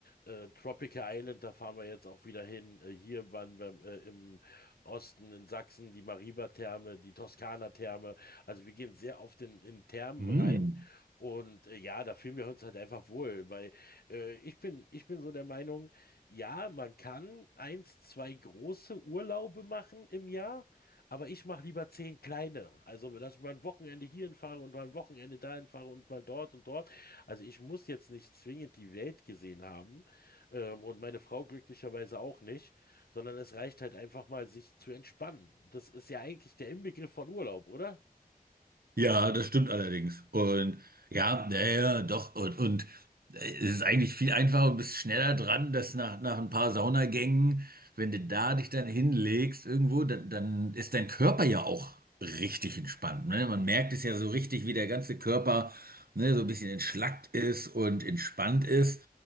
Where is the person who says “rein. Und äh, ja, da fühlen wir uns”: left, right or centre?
Left